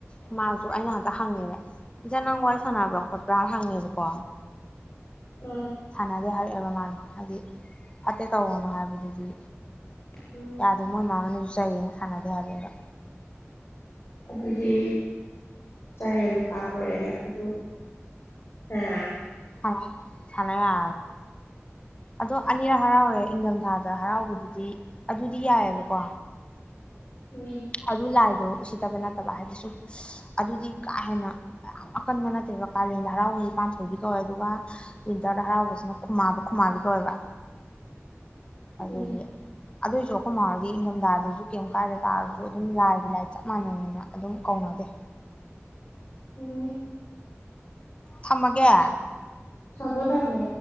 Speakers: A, on the left; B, on the left.
A: ꯃꯥꯁꯨ ꯑꯩꯅ ꯍꯟꯇ ꯍꯪꯉꯦꯕ ꯏꯆꯦ ꯅꯪ ꯋꯥꯔꯤ ꯁꯥꯟꯅꯕ꯭ꯔꯥ ꯈꯣꯠꯄ꯭ꯔꯥ ꯍꯪꯉꯦꯕ ꯀꯣ
B: ꯎꯝ
A: ꯍꯔ ꯑꯦ <unintelligible> ꯃꯥꯗꯣ ꯍꯥꯏꯗꯤ ꯐꯠꯇꯦ ꯇꯧꯒꯥꯅꯣ ꯍꯥꯏꯕꯗꯨꯗꯤ
B: ꯎꯝ
A: ꯌꯥꯗꯦ ꯃꯣꯏ ꯃꯥꯅꯖꯨ ꯆꯩꯅ ꯁꯥꯅꯗꯦ ꯍꯥꯏꯕꯅꯦ ꯕꯥ
B: ꯑꯗꯨꯗꯤ ꯆꯥꯔꯦꯜ ꯅꯨꯨꯄꯥ ꯀꯣꯏꯔꯗꯤ ꯑꯩꯈꯣꯏꯗꯨ ꯑ
A: ꯑ ꯁꯥꯟꯅꯒ ꯑꯗꯣ ꯑꯅꯤꯔꯛ ꯍꯔꯥꯎꯋꯦ ꯏꯪꯊꯝꯊꯥꯗ ꯍꯔꯥꯎꯕꯗꯨꯗꯤ ꯑꯗꯨꯗꯤ ꯌꯥꯏꯑꯕꯀꯣ
B: ꯍꯝ
A: ꯑꯗꯨ ꯂꯥꯏꯗꯣ ꯎꯁꯤꯠꯇꯕ ꯅꯠꯇꯕ ꯍꯥꯏꯗꯤꯁꯨ ꯑꯗꯨꯗꯤ ꯀꯥ ꯍꯦꯟꯅ ꯌꯥꯝ ꯑꯀꯟꯕ ꯅꯠꯇꯦꯕ ꯀꯥꯂꯦꯟꯗ ꯍꯔꯥꯎꯗꯤ ꯄꯥꯟꯊꯣꯏꯕꯤ ꯀꯧꯋꯦ ꯑꯗꯨꯒ ꯋꯤꯟꯇꯔꯗ ꯍꯔꯥꯎꯕꯁꯤꯅ ꯈꯨꯃꯥꯕ ꯈꯨꯃꯥꯕꯤ ꯀꯧꯋꯦꯕ ꯑꯗꯨꯗꯒꯤ
B: ꯎꯝ
A: ꯑꯗꯨꯏꯁꯨ ꯁꯝ ꯍꯥꯏꯥꯎꯔꯗꯤ ꯏꯪꯊꯝꯊꯥꯗꯁꯨ ꯀꯩ ꯀꯥꯏꯗ ꯇꯥꯔꯣ ꯁꯨ ꯑꯗꯨꯝ ꯂꯥꯏꯒꯤ ꯂꯥꯏ ꯆꯞ ꯃꯥꯟꯅꯩꯅ ꯑꯗꯨꯝ ꯀꯧꯅꯖꯦ
B: ꯑꯣ
A: ꯊꯝꯃꯒꯦ
B: ꯊꯝꯃꯣ ꯊꯝꯃꯣ